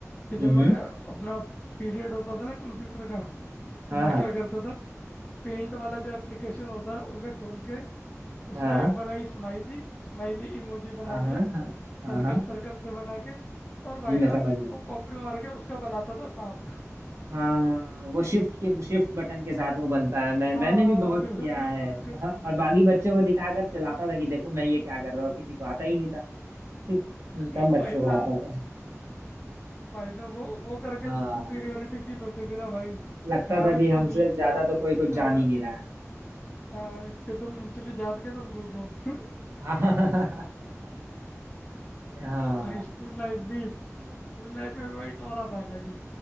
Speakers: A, on the left; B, on the right.
A: कि जब
B: हम्म
A: मैं अपना पीरियड होता था ना कंप्यूटर का तो
B: हाँ
A: मैं
B: हाँ
A: क्या करता था पेंट वाला जो एप्लीकेशन होता है उसे खोल के उसमें
B: हाँ
A: एक बनाई स्माइली स्माइली इमोजी
B: हाँ
A: बना
B: हाँ
A: लिया
B: हाँ हाँ
A: सर्कल
B: हाँ
A: सर्कल से बना के और भाई
B: जी मैं
A: साहब
B: समझ
A: उसको
B: गया
A: कॉपी मार के उसका बनाता था सांप
B: हाँ वो शिफ्ट के शिफ्ट बटन के साथ वो बनता है मैं मैंने
A: हाँ
B: भी बहुत
A: बिल्कुल
B: किया
A: बिल्कुल
B: है
A: बिल्कुल
B: हाँ, और बाकी बच्चों को दिखाकर चलाता था कि देखो मैं ये क्या कर रहा हूँ किसी को आता ही नहीं ठीक
A: <laughs>
B: कम बच्चों
A: भाई
B: को
A: साहब
B: आता था
A: भाई साहब वो वो करके
B: हाँ
A: जो सुपीरियोरिटी फील होती थी ना भाई क्या
B: लगता था
A: भाई
B: कि हमसे
A: तुम नीच
B: ज्यादा तो कोई कुछ
A: आ,
B: जान ही नहीं रहा है
A: आ, कि तुम निचली जात के तुम दूर रहो
B: <laughs> हाँ हाँ
A: भाई स्कूल लाइफ भी स्कूल लाइफ में भी भाई टोरा था अलग ही